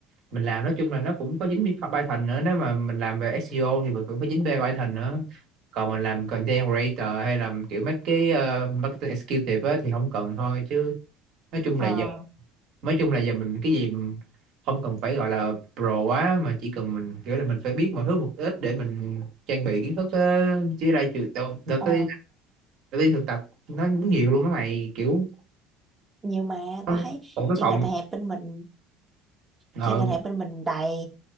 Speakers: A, on the right (about 60°); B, on the right (about 20°).
A: mình làm nói chung là nó cũng có dính bi- Python nữa nếu mà mình làm về SEO thì mình cũng có dính về Python nữa còn mình làm content creator hay làm kiểu mấy cái ờ, marketing executive á, thì không cần thôi chứ nói chung
B: ờ,
A: là giờ nói chung là giờ mình cái gì mình không cần phải gọi là pro quá mà chỉ cần mình kiểu là mình phải biết mọi thứ một ít để mình trang bị kiến thức á. chứ ra trường đợt đợt
B: ờ,
A: tới đợt đi thực tập nó cũng nhiều luôn á mày kiểu
B: nhiều mà,
A: nó-
B: tao thấy
A: một cái
B: chuyên
A: phòng
B: ngành hẹp bên mình,
A: ờ,
B: chuyên ngành hẹp bên mình đầy,